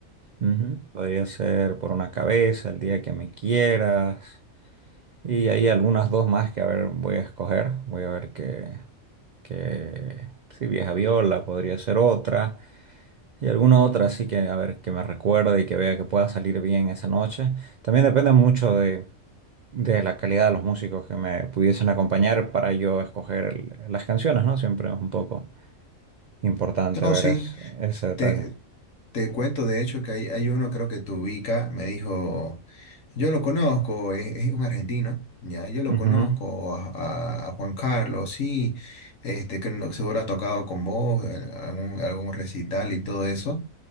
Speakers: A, on the right (about 80°); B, on the left (about 75°).
A: Ujú, Podría ser Por una cabeza, El día que me quieras, y hay algunas dos más que a ver, voy a escoger, voy a ver que, que, sí, Vieja Viola podría ser otra. Y alguna otra, así que a ver, que me recuerde y que vea que pueda salir bien esa noche. También depende mucho de, de la calidad de los músicos que me pudiesen acompañar para yo escoger el- las canciones, ¿no? Siempre es un poco importante
B: No,
A: ver
B: sí,
A: es- ese detalle.
B: te, te cuento de hecho que hay, hay uno, creo que te ubica, me dijo, yo lo conozco, es, es un argentino, ya, yo lo
A: Ujú,
B: conozco a, a- a Juan Carlos, sí, este, que no- seguro ha tocado con vos, eh, algún, algún recital y todo eso,